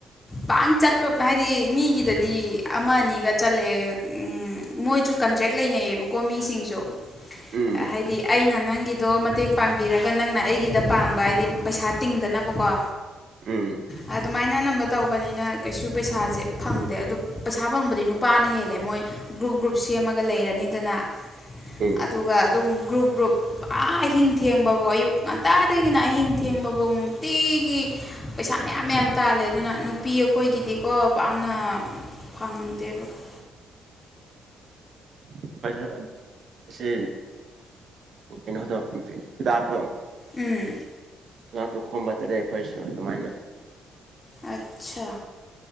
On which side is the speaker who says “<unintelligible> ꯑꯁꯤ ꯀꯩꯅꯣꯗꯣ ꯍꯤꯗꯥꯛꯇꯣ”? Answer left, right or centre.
Right